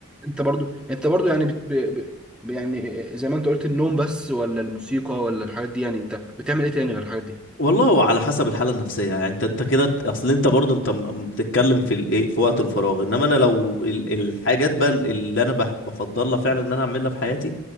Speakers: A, in the centre; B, on the left (about 60°).
A: انت برضو انت برضو يعني بت... ب... ب... ب- يعني زي ما انت قلت النوم بس ولا الموسيقى ولا الحاجات دي يعني انت بتعمل ايه تاني غير الحاجات دي
B: والله هو على حسب الحاله النفسيه يعني انت انت كده اصل انت برضه انت م- م- بتتكلم في الايه في وقت الفراغ انما انا لو ال- الحاجات بقى اللي انا بح- بفضلها فعلا ان انا اعملها في حياتي